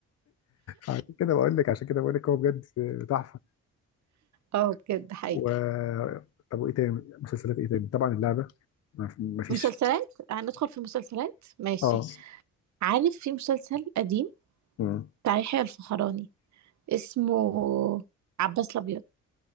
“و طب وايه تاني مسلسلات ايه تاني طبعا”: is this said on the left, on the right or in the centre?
Left